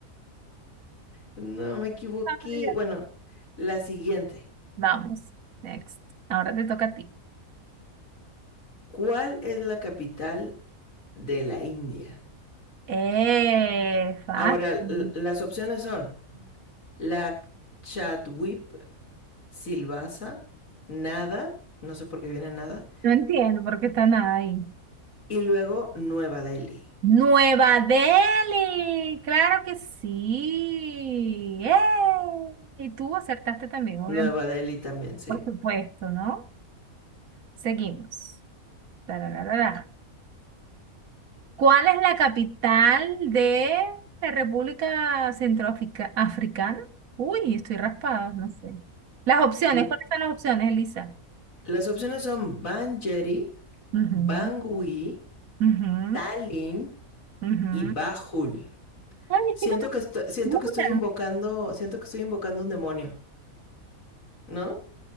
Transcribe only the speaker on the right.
Ay, ya.
Vamos, next. Ahora te toca a ti.
Eh, fácil.
No entiendo por qué están ahí.
Nueva Delhi, claro que sí. ¡Eh! Y tú acertaste también, obviamente,
por supuesto, ¿no? Seguimos. Tarararara. ¿Cuál es la capital de la República Centroafricana? Uy, estoy raspada, no sé. Las opciones,
¿cuáles son las opciones, Elisa?
Ujú,
ujú,
ujú.
Ay, es
que no me
ninguna.